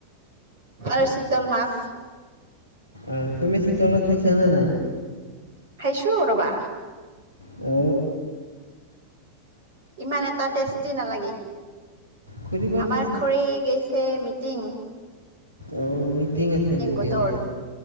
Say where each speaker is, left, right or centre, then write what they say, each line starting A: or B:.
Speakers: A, on the right; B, on the right.
A: আৰু চিতল মাছ
B: আহ তুমি চিতলত খাইছা নে নাই?
A: খাইছো ৰবা।
B: অ।
A: ইমান এটা টেষ্টি নালাগে
B: খুৰী ক'ত
A: আমাৰ খৰি গৈছে ম, টিং।
B: অ মিটিং আছে নেকি
A: গোটৰ।
B: আজি